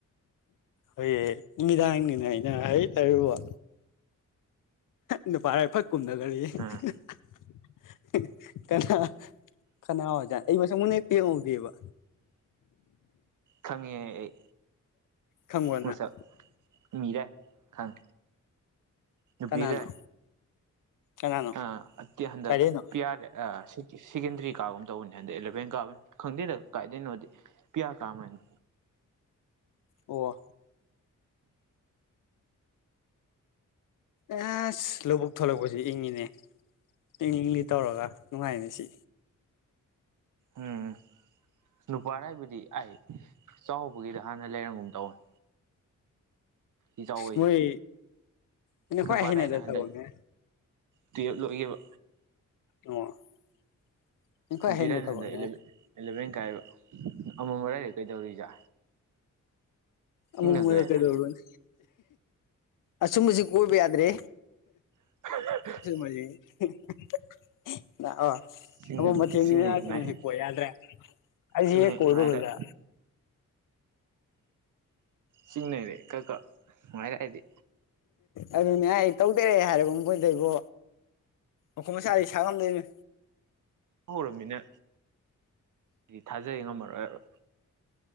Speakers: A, on the left; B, on the right.
A: ꯍꯣꯏꯌꯦ ꯅꯨꯃꯤꯗꯥꯡꯅꯤꯅ ꯑꯩꯅ ꯍꯥꯏ ꯇꯔꯨꯕ ꯅꯨꯄꯥꯔ ꯐꯛ ꯀꯨꯝꯗꯕ ꯀꯔꯤ <unintelligible>
B: ꯑꯥ
A: ꯀꯅꯥ ꯀꯅꯥ ꯑꯣꯏꯖꯥꯠ ꯑꯩ ꯃꯁꯥꯛ ꯃꯨꯟꯅꯦ ꯍꯦꯍꯧꯗꯦꯕ
B: ꯈꯪꯉꯦ ꯑꯩ
A: ꯈꯪꯕ꯭ꯔ
B: ꯃꯁꯛ
A: ꯅꯪ
B: ꯃꯤꯔꯦ ꯈꯪ ꯅꯨꯄꯤꯔꯦ
A: ꯀꯅꯥꯅꯣ ꯀꯅꯥꯅꯣ
B: ꯑ ꯑꯠꯇꯤ ꯍꯟꯗꯛ
A: ꯀꯥꯏꯗꯩꯅꯣ
B: ꯄꯤꯌꯥꯔꯦ ꯁꯤ ꯁꯦꯀꯦꯟꯗꯔꯤ ꯀꯥꯒꯨꯝ ꯇꯧꯕꯅꯦ ꯍꯟꯗꯛ ꯑꯦꯂꯚꯦꯟ ꯀꯥꯕꯅꯤ ꯈꯪꯗꯦꯗ ꯀꯥꯏꯗꯣꯏꯅꯣꯗꯤ ꯄꯤꯌꯥꯔ ꯀꯥꯕꯅꯤ
A: ꯑꯣ ꯑꯦꯁ ꯂꯧꯕꯨꯛ ꯊꯂꯛꯄꯁꯤ ꯏꯪꯉꯤꯅꯦ ꯏꯪ ꯏꯪꯂꯤ ꯇꯧꯔꯒ ꯅꯨꯡꯉꯥꯏꯅꯤ ꯉꯁꯤ
B: ꯎꯝ ꯅꯨꯄꯥ ꯍꯥꯏꯕꯗꯤ ꯑꯩ ꯆꯥꯎꯕꯒꯤꯗ ꯍꯥꯟꯅ ꯂꯩꯔꯝꯒꯨꯝ ꯇꯧꯅꯤ ꯏꯖꯥꯎꯕꯁꯤꯗ
A: ꯃꯣꯏ ꯑꯩꯅ ꯈ꯭ꯋꯥꯏ
B: ꯅꯨꯄꯥꯗꯩꯅ
A: ꯍꯩꯅꯗ
B: ꯍꯟꯗꯛ
A: ꯊꯕꯛꯅꯦ
B: ꯇꯨꯌꯦꯜꯕ ꯂꯣꯏꯈꯤꯕ
A: ꯑꯣ ꯑꯩꯈꯣꯏ
B: ꯕꯤꯔꯟ
A: ꯍꯩꯅ ꯊꯕꯛꯅꯦ
B: ꯍꯟꯗꯛ ꯑꯦꯂꯚꯦꯟ ꯑꯦꯂꯚꯦꯟ ꯀꯥꯏꯕ ꯑꯃꯃꯥꯏꯗ ꯀꯩꯗꯧꯔꯤꯖꯥ
A: ꯑꯃꯝꯃꯗ
B: ꯆꯤꯡꯅꯈ꯭ꯔꯦꯗ
A: ꯀꯩꯗꯧꯔꯣꯅꯤ ꯑꯁꯨꯝꯕꯁꯤ ꯀꯣꯏꯕ ꯌꯥꯗ꯭ꯔꯦ
B: <unintelligible>
A: <unintelligible>
B: ꯆꯤꯡꯅ
A: ꯑꯃꯝ ꯑꯊꯦꯡꯅꯤꯅꯦ
B: ꯆꯤꯡꯅꯩ
A: ꯑꯗꯨꯃꯗꯤ
B: ꯃꯥꯏ
A: ꯀꯣꯏ ꯌꯥꯗ꯭ꯔꯦ ꯑꯩꯁꯤ
B: ꯆꯤꯡꯅꯩ
A: ꯍꯦꯛ ꯀꯣꯏꯔꯨꯕꯗ
B: ꯃꯥꯏꯔꯥꯏ ꯆꯤꯡꯅꯩꯔꯦ ꯀꯛꯀ ꯅꯨꯉꯥꯏꯔꯩ ꯑꯩꯗꯤ
A: ꯑꯗꯨꯅꯦ ꯍꯥꯏ ꯇꯧꯗꯦꯔ ꯍꯥꯏꯔꯕ ꯃꯣꯏꯗꯩꯕꯣ ꯃꯈꯨꯠ ꯃꯁꯥꯗꯤ ꯁꯥꯡꯉꯝꯗꯣꯏꯅꯦ
B: ꯍꯧꯔꯝꯃꯤꯅ ꯍꯥꯏꯗꯤ ꯊꯥꯖꯩ ꯉꯝꯃꯔꯣꯏꯕ